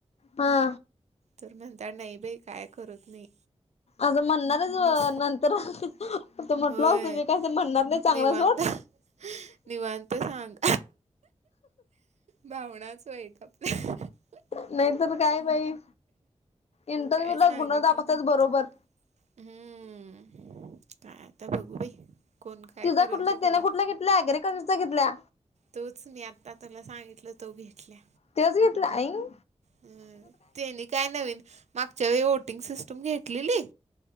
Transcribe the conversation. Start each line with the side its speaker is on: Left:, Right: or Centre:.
Left: हा.
Right: तर म्हणता, नाही बाई, काय करत नाही.
Left: असं म्हणणारच,
Right: नुस
Left: अ नंतर आता म्हटल
Right: होय
Left: असतो मी, का आता म्हणणार नाही चांगला.
Right: निवांत
Left: सोड
Right: निवांत सांग. भावनाच वाईट. <inaudible>
Left: नाही तर काय बाई! इंटरव्ह्यूला
Right: काय सांगितलं
Left: गुन दाखवतात
Right: मग
Left: बरोबर
Right: ते. हम्म, काय आता बघू बाई. कोण काय
Left: तिझा
Right: करल
Left: कुठला?
Right: ते करल
Left: तीने कुठल घेतल्या? अग्रिकल्चरचा घेतल्या.
Right: तोच, मी आता तुला सांगितलं तो घेतल्या
Left: तोच घेतला? आयीग!
Right: हम्म, तेनी काय नवीन मागच्या वेळी वोटिंग सिस्टम घेतलेली